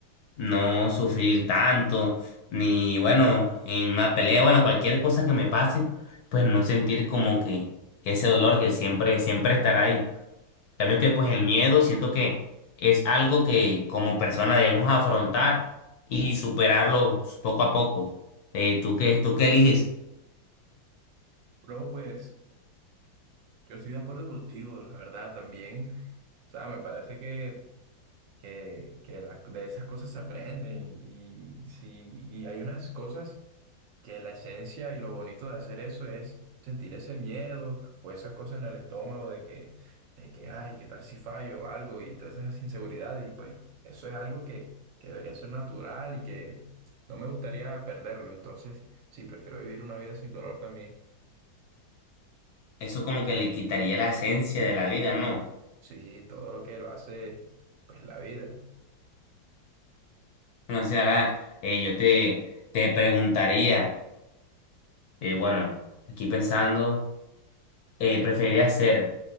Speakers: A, on the left; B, on the right.
A: no sufrir tanto, ni bueno, en una pelea, bueno, cualquier cosa que me pase, pues no sentir como que ese dolor que siempre, siempre estará ahí. También que pues el miedo siento que es algo que como persona debemos afrontar y superarlo poco a poco. Eh, ¿tú qué, tú qué eliges?
B: Bro, pues yo estoy de acuerdo contigo, la verdad, también. O sea, me parece que que, que las- de esas cosas se aprende y, y sí, y hay unas cosas que la esencia y lo bonito de hacer eso es sentir ese miedo o esa cosa en el estómago de que, de que, ay, ¿qué tal si fallo o algo? Y todas esas inseguridades y pues eso es algo que, que debería ser natural y que no me gustaría perderlo, entonces sí, prefiero vivir una vida sin dolor también,
A: Eso como que le quitaría la esencia de la vida, ¿no?
B: sí, todo lo que lo hace pues la vida.
A: No sé, ahora eh, yo te, te preguntaría, eh, bueno, aquí pensando, eh, ¿preferirías ser